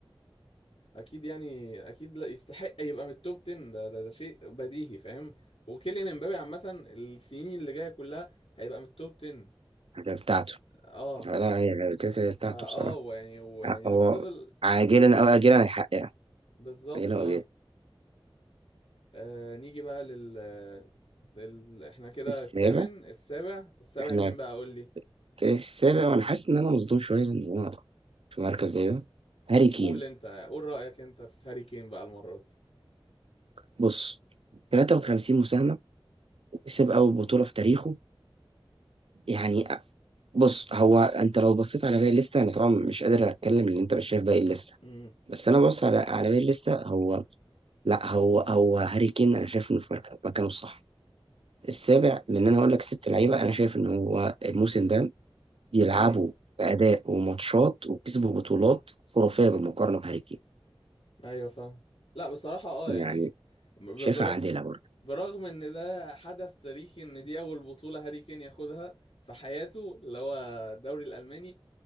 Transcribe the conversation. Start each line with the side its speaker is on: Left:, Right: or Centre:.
Left: اكيد يعني اكيد لا يستحق يبقى من التوب 10 ده ده, ده شيء بديهي فاهم وكيليان امبابي عامه السنين اللي جايه كلها هيبقى من التوب 10
Right: الأهداف بتاعته
Left: اه
Right: لا هي الأهداف بتاعته
Left: فاه
Right: بصراحه
Left: ويعني ويعني
Right: ع- هو
Left: لو فضل
Right: عاجلا
Left: ماسك
Right: او اجلا هيحققها
Left: بالظبط
Right: عاجلا
Left: اه
Right: او اجلا
Left: آه، نيجي بقى لل... لل... احنا كده
Right: السابع
Left: الثامن السابع السابع
Right: احنا
Left: مين بقى قول لي
Right: في السابع وانا حاسس ان انا مصدوم شويه لان هو في مركز زي ده هاري كين
Left: قول انت قول رأيك انت في هاري كين بقى المرة دي
Right: بص 53 مساهمة وكسب أول بطولة في تاريخه يعني بص هو أنت لو بصيت على باقي الليستة أنا طبعا مش قادر أتكلم لأن أنت مش شايف باقي الليستة
Left: امم
Right: بس انا بص على على باقي الليسته هو لا هو هو هاري كين انا شايف انه في مرك- مكانه الصح السابع لان انا هقول لك ست لعيبه انا شايف ان هو الموسم ده يلعبوا
Left: امم
Right: باداء وماتشات وكسبوا بطولات خرافيه بالمقارنه بهاري كين
Left: ايوه فاهم لا بصراحة اه
Right: يعني
Left: يعني ب-
Right: شايفها
Left: بر...
Right: عادله برضه
Left: برغم ان ده حدث تاريخي ان دي اول بطولة هاري كين ياخدها في حياته اللي هو الدوري الألماني